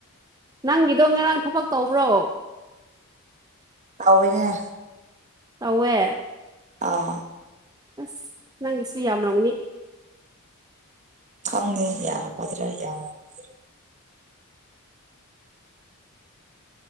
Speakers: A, on the right; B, on the right.
A: ꯅꯪꯒꯤꯗꯣ ꯉꯔꯥꯡ ꯊꯕꯛ ꯇꯧꯕ꯭ꯔꯣ
B: ꯇꯧꯋꯤꯅꯦ
A: ꯊꯧꯋꯦ
B: ꯑꯥ
A: ꯑꯁ ꯅꯪꯒꯤꯁꯨ ꯌꯥꯝ ꯔꯧꯅꯤ
B: ꯈꯪꯗꯦ ꯌꯝꯒꯗ꯭ꯔ ꯌꯝꯗ꯭ꯔ